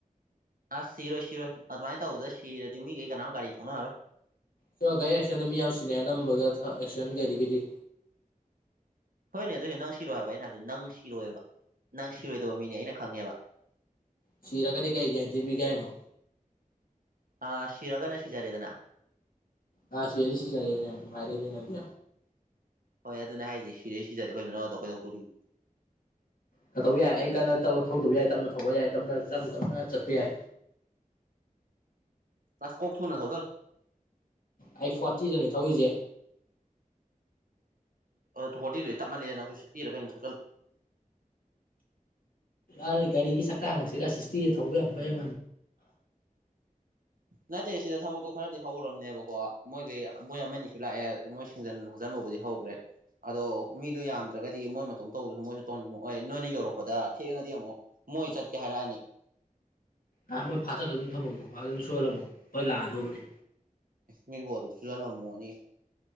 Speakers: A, on the right (about 75°); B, on the left (about 80°).
A: ꯑꯁ ꯁꯤꯔꯣꯏ ꯁꯤꯔꯣꯏ ꯑꯗꯨꯃꯥꯏꯅ ꯇꯧꯕꯗ ꯁꯤꯔꯗꯤ ꯃꯤꯈꯩ ꯀꯅꯥꯝ ꯒꯥꯔꯤ ꯊꯣꯡꯅꯔꯣꯏ
B: ꯁ ꯒꯥꯔꯤ ꯑꯦꯛꯁꯤꯗꯦꯟꯗ ꯃꯤ ꯌꯥꯝ ꯁꯤꯅꯩ ꯑꯅꯝꯕꯒ ꯑꯦꯛꯁꯤꯗꯦꯟ ꯀꯩꯗꯒꯤꯗꯤ
A: ꯍꯣꯏꯅꯦ ꯑꯗꯨꯑꯣꯏꯁꯨꯅꯦ ꯅꯪ ꯁꯤꯔꯣꯏ ꯍꯥꯏꯕ ꯑꯩꯅ ꯍꯥꯏꯕꯗꯤ ꯅꯪ ꯁꯤꯔꯣꯏꯑꯕ ꯅꯪ ꯁꯤꯔꯣꯏꯗꯕ ꯃꯤꯅꯦ ꯑꯩꯅ ꯈꯪꯉꯦꯕ
B: ꯁꯤꯔꯒꯗꯤ ꯀꯔꯤ ꯀꯦꯔꯤꯟꯇꯤ ꯄꯤꯒꯦ ꯍꯥꯢꯅꯣ
A: ꯑ ꯁꯤꯔꯒꯅ ꯁꯤꯖꯔꯦꯗꯅ
B: ꯑꯁ ꯁꯤꯔꯗꯤ ꯁꯤꯖꯔꯦꯗꯅ ꯅꯨꯡꯉꯥꯢꯂꯦꯅꯦ ꯅꯪꯗꯤ
A: ꯍꯣꯏ ꯑꯗꯨꯅꯦ ꯍꯥꯏꯁ ꯁꯤꯔꯦ ꯁꯤꯖꯔꯦ ꯑꯩꯈꯩꯅꯣ ꯅꯪꯗꯣ ꯑꯩꯈꯣꯏꯗꯧꯗꯣꯔꯤ
B: ꯀꯧꯕ ꯌꯥꯏ ꯑꯩ ꯀꯟꯅ ꯊꯧꯗꯕ ꯌꯥꯏ ꯇꯞꯅ ꯊꯧꯕ ꯌꯥꯏ ꯇꯞꯞꯅ ꯇꯞꯅ ꯆꯠꯄ ꯌꯥꯏ
A: ꯑꯁ ꯀꯣꯛ ꯊꯨ ꯅ ꯊꯧꯗ
B: ꯑꯩ ꯐꯣꯔꯇꯤꯗꯅꯦ ꯊꯧꯔꯤꯁꯦ
A: ꯐꯣꯔꯇꯤꯗꯨ ꯇꯞꯃꯜꯂꯦ ꯅꯪꯁꯨ ꯁꯤꯛꯁꯇꯤꯗ ꯀꯩꯅꯣ ꯊꯥꯎꯖꯤꯜꯂꯣ
B: ꯑꯩ ꯒꯥꯔꯤꯒꯤ ꯆꯥꯛꯇꯥꯃꯛꯁꯤꯒ ꯁꯤꯁꯇꯤꯗ ꯊꯧꯕ ꯌꯥꯔꯣꯢ
A: ꯅꯠꯇꯦ ꯁꯤꯗ ꯊꯕꯛꯇꯣ ꯈꯔꯗꯤ ꯍꯧꯔꯕꯅꯦꯕꯀꯣ ꯃꯣꯏꯈꯩ ꯃꯣꯏ ꯑꯃꯅꯤꯁꯨ ꯂꯥꯛꯑꯦ ꯃꯣꯏ ꯁꯦꯡꯖꯤꯟ ꯅꯝꯕꯨꯗꯤ ꯍꯧꯈ꯭ꯔꯦ ꯑꯗꯣ ꯃꯤꯗꯣ ꯌꯥꯝꯗ꯭ꯔꯒꯗꯤ ꯃꯣꯏ ꯃꯇꯣꯝ ꯇꯧꯗꯁꯨ ꯃꯣꯏꯁꯨ ꯇꯧꯅꯤꯡꯉꯛꯑꯣꯏ ꯅꯣꯏꯅ ꯌꯧꯔꯛꯄꯗ ꯊꯦꯡꯉꯗꯤ ꯑꯃꯨꯛ ꯃꯣꯏ ꯆꯠꯀꯦ ꯍꯥꯏꯔꯛꯑꯅꯤ
B: ꯑ ꯃꯣꯏ ꯐꯥꯖꯤꯜꯂꯥ ꯑꯗꯨꯝ ꯊꯝꯃꯝꯃꯣ ꯑꯗꯨꯝ ꯁꯨꯍꯜꯂꯝꯃꯣ ꯍꯣꯏ ꯂꯥꯛꯑꯗꯧꯕꯅꯦ
A: ꯃꯤꯕꯨ ꯑꯗꯨꯝ ꯁꯨꯍꯥꯜꯂꯝꯃꯣꯅꯤ